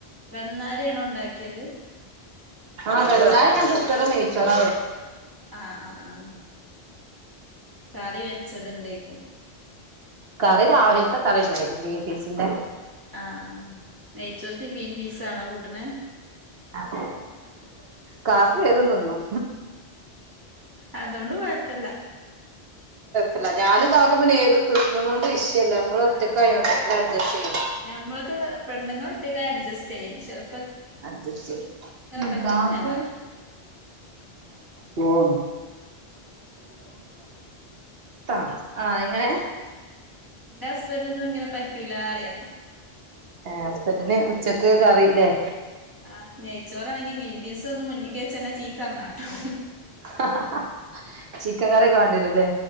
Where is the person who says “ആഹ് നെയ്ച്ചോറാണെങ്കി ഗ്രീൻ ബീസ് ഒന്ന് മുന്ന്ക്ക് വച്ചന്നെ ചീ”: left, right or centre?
Right